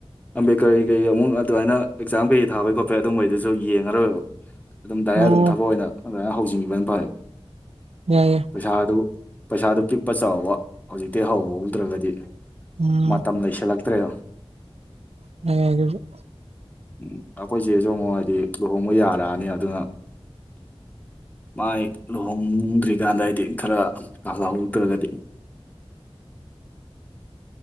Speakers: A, on the left; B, on the right.
A: ꯑꯝꯕꯦꯀꯔ ꯒꯤ ꯀꯩꯒꯤ ꯑꯃꯨꯛ ꯑꯗꯨꯃꯥꯏꯅ ꯑꯦꯛꯖꯥꯝ ꯀꯩ ꯀꯩ ꯊꯥꯕꯩ ꯈꯣꯠꯄꯩ ꯑꯗꯨꯝꯕꯩꯗꯨꯁꯨ ꯌꯦꯡꯉꯔꯣꯏꯕ ꯑꯗꯨꯝ ꯗꯥꯏꯔꯦꯛ
B: ꯑꯣ
A: ꯑꯗꯨꯝ ꯊꯕꯛ ꯑꯣꯏꯅ ꯑꯗꯨꯥꯃꯥꯏꯅ ꯍꯧꯖꯤꯟꯒꯤꯕꯅ ꯐꯔꯦ
B: ꯌꯥꯏꯌꯦ
A: ꯄꯩꯁꯥꯗꯨ ꯄꯩꯁꯥꯗꯨ ꯄꯤꯛꯄ ꯆꯥꯎꯕ ꯍꯧꯖꯤꯛꯇꯤ ꯍꯧꯍꯧꯗ꯭ꯔꯒꯗꯤ
B: ꯎꯝ
A: ꯃꯇꯝ ꯂꯩꯁꯜꯂꯛꯇ꯭ꯔꯦꯗ
B: <unintelligible>
A: ꯎꯝ ꯑꯩꯈꯣꯏꯆ‌ꯦꯁꯨ ꯑꯃꯨꯛ ꯍꯥꯏꯗꯤ ꯂꯨꯍꯣꯡꯕ ꯌꯥꯔꯛꯑꯅꯤ ꯑꯗꯨꯅ ꯃꯥꯏ ꯂꯨꯍꯣꯡꯗ꯭ꯔꯤꯀꯥꯟꯗ ꯑꯩꯗꯤ ꯈꯔ ꯇꯥꯜꯍꯧꯗ꯭ꯔꯒꯗꯤ